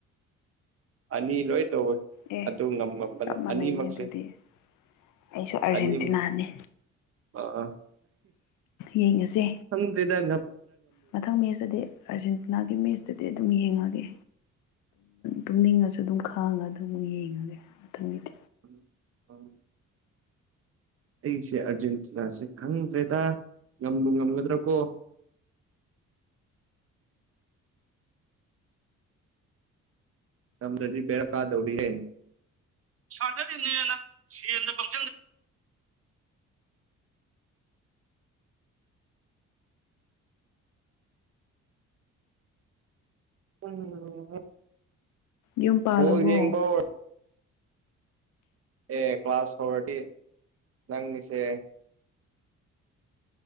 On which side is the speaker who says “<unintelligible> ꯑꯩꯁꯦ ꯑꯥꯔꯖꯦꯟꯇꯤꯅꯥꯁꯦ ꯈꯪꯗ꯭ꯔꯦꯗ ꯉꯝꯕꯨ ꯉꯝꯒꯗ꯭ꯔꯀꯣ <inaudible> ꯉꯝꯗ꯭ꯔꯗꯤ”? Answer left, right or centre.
Right